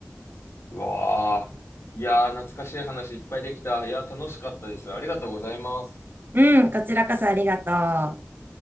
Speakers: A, on the left; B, on the right.
A: うわあ。いやー、懐かしい話いっぱいできた。いやー、楽しかったです。ありがとうございます。
B: うん、こちらこそありがとう。